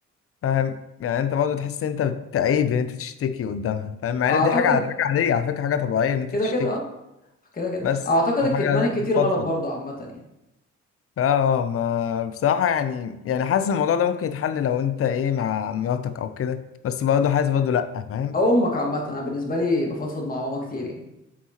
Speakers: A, on the left (about 50°); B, on the left (about 30°).
A: فاهم يعني أنت برضه تحس إن أنت بتعيب إن أنت تشتكي قدامها فاهم مع
B: اعتقد
A: إن دي حاجة على حاجة عادية على فكرة حاجة طبيعية إن أنت
B: كده
A: تشتكي
B: كده اه كده كده
A: بس
B: اعتقد
A: وحاجة
B: الكتمان
A: إن أنت
B: الكتير
A: تفضفض
B: غلط برضه عامه يعني
A: اه ما بصراحة يعني يعني حاسس الموضوع ده ممكن يتحل لو انت ايه مع مراتك او كده بس برضه حاسس برضه لأ فاهم
B: او امك عامه انا بالنسبه لي بفضفض مع ماما كتير يعني